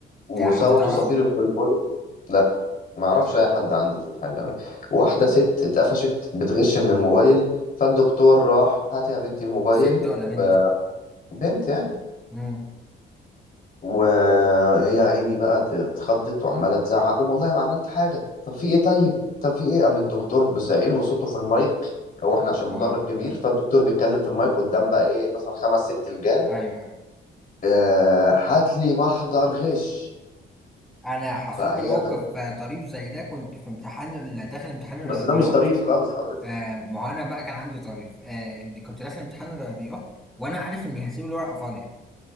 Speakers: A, on the left (about 45°); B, in the centre.
A: وصوت
B: ده حد تعرفه
A: صفير البلبل لا ما اعرفش
B: تمام
A: اي حد عندي في الحاجه دي. واحده ست اتقفشت بتغش من الموبايل فالدكتور راح هاتي يا بنتي الموبايل
B: ست ولا بنت
A: ب- بنت يعني
B: امم
A: وهي يا عيني بقى اتخضت وعماله تزعق والله ما عملت حاجه طب في ايه طيب طب في ايه قام الدكتور بسعيل وصوته في المايك هو احنا عشان مدرج
B: اه
A: كبير فالدكتور بيتكلم في المايك قدام بقى ايه مثلا خمس ست لجان
B: ايوه ايوه
A: آه، هات لي محضر غش
B: انا حصل
A: فهي
B: لي موقف
A: ب...
B: آه، طريف زي ده كنت في امتحان ال- داخل امتحان الرياضيات
A: بس ده مش طريف خالص حضرتك
B: آه ما هو انا بقى كان عندي طريف آه اللي كنت داخل امتحان الرياضيات وانا عارف اني هسيب الورقه فاضيه